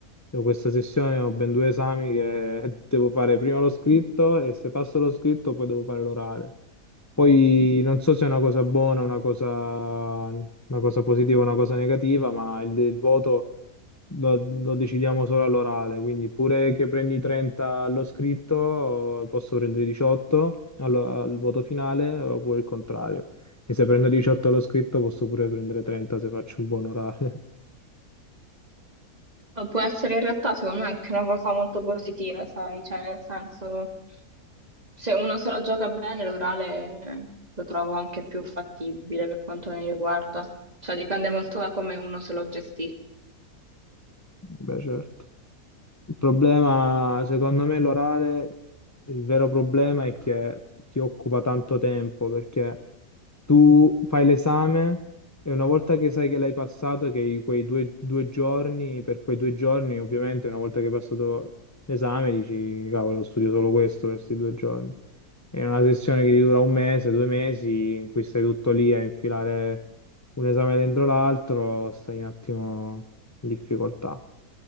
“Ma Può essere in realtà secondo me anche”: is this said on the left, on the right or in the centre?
Right